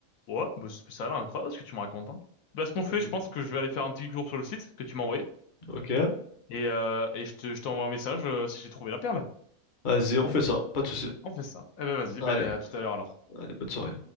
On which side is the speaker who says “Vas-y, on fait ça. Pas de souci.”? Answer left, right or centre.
Left